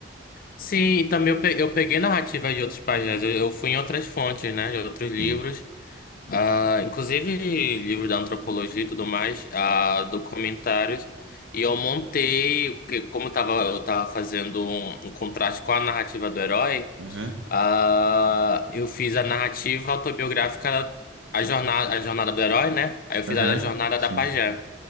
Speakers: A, on the left; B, on the right.
A: Sim, e também eu pe- eu peguei narrativa de outros pajés. Eu, eu fui em outras fontes, né? De outros livros.
B: Sim.
A: ah inclusive livros da antropologia e tudo mais, ah documentários. E eu montei, porque como eu tava, eu tava fazendo um um contraste com a narrativa do herói.
B: Aham,
A: Ah, eu fiz a narrativa autobiográfica, a jornada, a jornada do herói, né? Aí eu fiz
B: aham,
A: a jornada
B: sim.
A: da pajé,